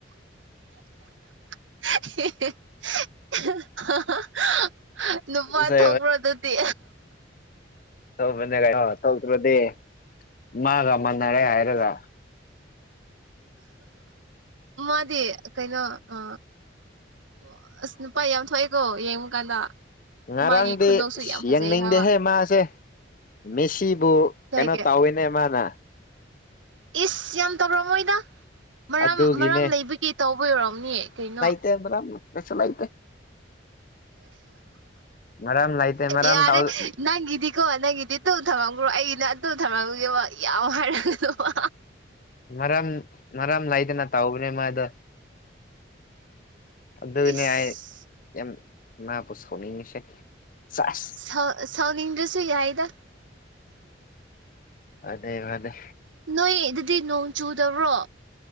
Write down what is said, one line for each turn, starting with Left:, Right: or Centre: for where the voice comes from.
Right: <inaudible> ꯅꯨꯄꯥ
Left: ꯁꯦ
Right: ꯊꯣꯛꯕ꯭ꯔ ꯑꯗꯨꯗꯤ
Left: ꯇꯧꯕꯅꯦ ꯇꯧꯗ꯭ꯔꯗꯤ ꯃꯥꯒ ꯃꯥꯟꯅꯔꯦ ꯍꯥꯏꯔꯒ
Right: ꯃꯥꯗꯤ ꯀꯩꯅꯣ ꯑ ꯑꯣ ꯑꯁ ꯅꯨꯄꯥ ꯌꯥꯝ ꯊꯣꯛꯑꯦꯀꯣ ꯌꯦꯡꯉꯨ ꯀꯥꯟꯗ
Left: ꯉꯔꯥꯡꯗꯤ
Right: ꯃꯥꯒꯤ ꯈꯨꯅꯣꯛꯁꯨ ꯌꯥꯝ ꯐꯖꯩ
Left: ꯌꯦꯡꯅꯤꯡꯗꯦꯍꯦ
Right: ꯍꯥꯏꯕ
Left: ꯃꯥꯁꯦ ꯃꯤꯦꯁꯤꯕꯨ
Right: ꯀꯩꯒꯤ
Left: ꯀꯩꯅꯣ ꯇꯧꯋꯤꯅꯦ ꯅꯦ ꯃꯥꯅ
Right: ꯏꯁ ꯌꯥꯝ ꯇꯧꯔꯝꯃꯣꯏꯗ ꯃꯔꯥ
Left: ꯑꯗꯨꯒꯤꯅꯦ
Right: ꯃꯔꯥꯝ ꯂꯩꯕꯒꯤ ꯇꯧꯕ ꯌꯧꯔꯝꯅꯤ ꯀꯩꯅꯣ
Left: <unintelligible> ꯃꯔꯝ ꯂꯩꯇꯦ ꯃꯔꯝ
Right: ꯌꯥꯔꯦ
Left: ꯇꯧ
Right: ꯅꯪꯒꯤꯗꯤꯀꯣ ꯅꯪꯒꯤꯗꯤ ꯇꯧ ꯊꯝꯂꯝꯈ꯭ꯔꯣ ꯑꯩꯒꯤꯅ ꯑꯗꯨ ꯊꯝꯔꯝꯒꯦꯕ ꯌꯥꯝ ꯍꯥꯏꯔꯒꯅꯨꯕ
Left: ꯃꯔꯝ ꯃꯔꯝ ꯂꯩꯗꯅ ꯇꯥꯎꯕꯅꯦ ꯃꯥꯗꯣ ꯑꯗꯨꯅꯦ
Right: ꯏꯁ
Left: ꯑꯩ ꯌꯥꯝ ꯃꯥꯕꯨ ꯁꯥꯎꯅꯤꯡꯉꯤꯁꯤ ꯁꯦꯁ
Right: ꯁ ꯁꯥꯎꯅꯤꯡꯗꯔꯥꯁꯨ ꯌꯥꯏꯗ
Left: ꯋꯥꯗꯦ ꯋꯥꯗꯦ
Right: ꯅꯣꯏ ꯑꯗꯨꯗꯤ ꯅꯣꯡ ꯆꯨꯗꯕ꯭ꯔꯣ